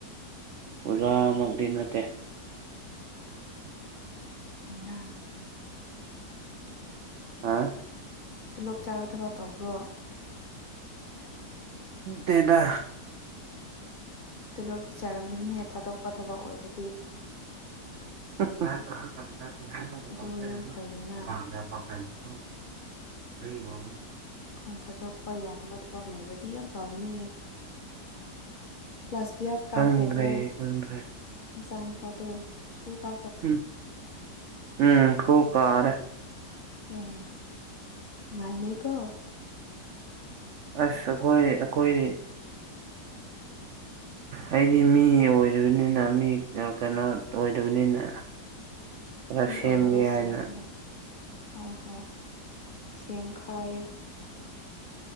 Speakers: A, on the right; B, on the left.
A: ꯑꯣꯖꯥꯃꯛꯗꯤ ꯅꯠꯇꯦ꯫
B: ꯀꯔꯤꯔꯥ꯫
A: ꯍꯥꯥ꯫
B: ꯇꯣꯂꯣꯞ ꯆꯥꯕ ꯊꯕꯛ ꯇꯧꯕ꯭ꯔꯣ꯫ ꯑꯣ
A: ꯀꯩꯕ
B: ꯇꯣꯂꯣꯞꯇꯤ ꯆꯥꯔꯝꯒꯅꯤꯍꯦ ꯊꯥꯗꯣꯛꯄ ꯊꯕꯛ ꯑꯣꯏꯔꯗꯤ
A: <unintelligible>
B: ꯑꯗꯨ ꯌꯥꯝ ꯐꯩꯌꯦꯅ
A: <unintelligible>
B: ꯈꯣꯟꯊꯗꯣꯛ ꯍꯣꯏ ꯌꯥꯗꯕ ꯊꯕꯛ ꯂꯩꯥꯕꯗꯤ ꯌꯥꯝ ꯐꯕꯅꯦ ꯀ꯭ꯂꯥꯁ ꯀꯥꯎꯈꯔꯕ꯭ꯔ
A: ꯈꯪꯗ꯭ꯔꯦ ꯈꯪꯗ꯭ꯔꯦ
B: ꯏꯆꯥ ꯅꯨꯄꯥꯗꯣ ꯏꯁ꯭ꯀꯨꯜ ꯀ
A: ꯎꯝ ꯎꯝ ꯈꯨ ꯀꯥꯔꯦ
B: ꯑꯦ ꯃꯥꯜꯂꯦꯀꯣ
A: ꯑꯁ ꯑꯩꯈꯣꯏ ꯑꯩꯈꯣꯏ
B: <inaudible>
A: ꯑꯩꯗꯤ ꯃꯤ ꯑꯣꯏꯗꯕꯅꯤꯅ ꯃꯤ ꯀꯩꯅꯣ ꯑꯣꯏꯗꯕꯅꯤꯅ ꯈꯔ
B: ꯃꯤ
A: ꯁꯦꯝꯒꯦ
B: ꯑꯣꯏꯅꯕ
A: ꯍꯥꯏꯅ
B: ꯁꯦꯝꯒꯦ ꯍꯣꯏ ꯍꯣꯏ ꯁꯦꯝꯈꯥꯏꯌꯨ